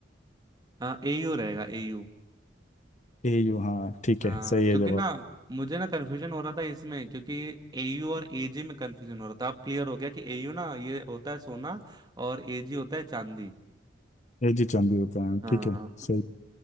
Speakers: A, on the right; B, on the left.
A: हाँ एयू रहेगा एयू
B: ए यू हाँ ठीक
A: हाँ
B: है सही
A: क्योंकि
B: है जवाब
A: ना मुझे ना कन्फ्यूजन हो रहा था इसमें क्योंकि एयू और एजी में कन्फ्यूजन हो रहा था अब क्लियर हो गया कि एयू ना ये होता है सोना और एजी होता है चांदी
B: ए जी चांद भी होता है
A: हाँ
B: ठीक है सही